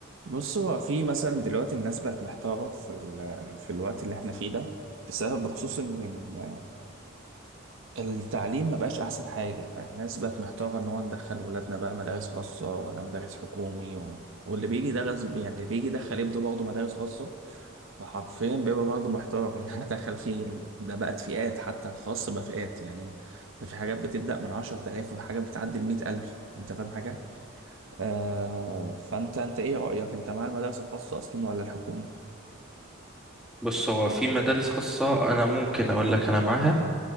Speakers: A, on the right; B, in the centre.
A: بص هو في مثلا دلوقتي الناس بقت محتارة في ال... في الوقت اللي احنا فيه ده بسبب بخصوص ان إن التعليم ما بقاش احسن حاجة فالناس بقت محتارة ان هو ندخل ولادنا بقى مدارس خاصة ولا مدارس حكومي و... واللي بيجي ده غصب يعني اللي بيجي يدخل ابنه برضه مدارس خاصة فحرفيا بيبقى برضه محتار <laughs> يعني دخل فيه ال- ده بقت فئات حتى الخاص بقى فئات يعني ده في حاجات بتبدأ من 10000 وفي حاجات بتعدي ال 100000 انت فاهم حاجة؟ آه فانت انت ايه رأيك انت مع المدارس الخاصة اصلا ولا الحكومي
B: بص هو في مدارس خاصة أنا ممكن أقول لك أنا معاها